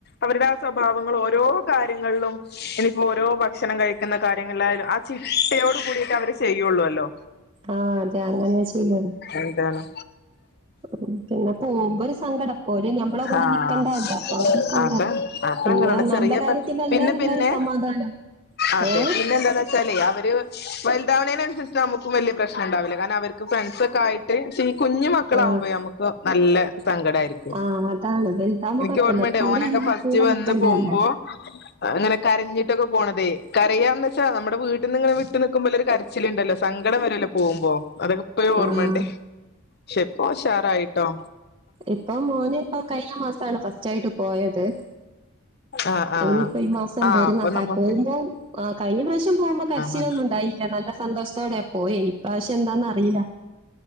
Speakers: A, on the left (about 45°); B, on the right (about 25°).
A: അവരുടെ സ്വഭാവങ്ങൾ ഓരോ കാര്യങ്ങളിലും ഇനിയിപ്പോ ഓരോ ഭക്ഷണം കഴിക്കുന്ന കാര്യങ്ങളായാലും ആ ചിട്ടയോട് കൂടിയിട്ട് അവര് ചെയ്യുള്ളൂല്ലോ
B: ആഹ അതെ അങ്ങനെ ചെയ്യ
A: എന്താണ്
B: <inaudible> പിന്നെ പോകുമ്പോ ഒരു സങ്കടം ഓര് ഞമ്മള കൂടെ
A: ആഹ്
B: നിക്കണ്ടല്ലേ ആ ഒരു സങ്കടം
A: അതാ അതങ്ങനെയാണ്
B: പിന്നെ ആ
A: ചെറിയ
B: നല്ല കാര്യത്തില്ലേ
A: പിന്നെ
B: നല്ലരു
A: പിന്നെ
B: സമാധാനം
A: അതെ
B: ഏഹ്?
A: പിന്നെ എന്താന്ന വെച്ചാലേ അവര് ഇതാവ്ണേന് അന്സര്ച്ച്ട്ടാ അമ്മക്കും വല്ല്യാ പ്രശ്നണ്ടാവില്ല കാരണം അവര്ക്കും ഫ്രണ്ട്സൊക്കായിട്ട് ടീ കുഞ്ഞ് മക്കളാവുമ്പയെ
B: ആഹ്.
A: അമ്മക്ക് നല്ലെ സങ്കടായിരിക്കും.
B: ആഹ് അതാണ്. വലുതാവുമ്പോ
A: ഇന്ക്ക്
B: കുഴപ്പല്ല.
A: ഓർമ്മണ്ട്
B: ഇപ്പൊ ഓര്
A: ഓനൊക്കെ
B: ഞമ്മളെ
A: ഫസ്റ്റ്
B: കൂടെ
A: വന്ന്
B: നിക്കണ്ടതല്ല.
A: പോവുമ്പോ അങ്ങനെ കരഞ്ഞിട്ടൊക്കെ പോണതേ കറയാന്ന് വെച്ചാ നമ്മ വീട്ട നിന്ന് ഇങ്ങെ വി് നിൽക്കുമ്പോ കരച്ചില്ണ്ടല്ലോ സങ്കടം വരൊല്ലോ പോവുമ്പോ അതൊക്ക ഇപ്പയും
B: ആഹ്
A: ഓർമ്മണ്ട് പക്ഷെപ്പോഷാറായിട്ടോ
B: ഇപ്പൊ മോന ഇപ്പോൊ കഴിഞ്ഞ മാസാണ് ഫസ്റ്റ് ആയിട്ട് പോയത്
A: ആ ആ
B: ഇനിയിപ്പോ ഈ മാസം
A: ആ
B: വരുന്ന
A: അപ്പൊ നമുക്ക്
B: പോകുമ്പോ ആ കഴിഞ്ഞ പ്രാവശ്യം പോകുമ്പോ കരച്ചില്
A: ആ
B: ഒന്നും ഉണ്ടായി ല്ല നല്ല സന്തോഷത്തോടെയാ പോയി ഇ പ്രാവശ്യം എന്താന്ന അറിയില്ല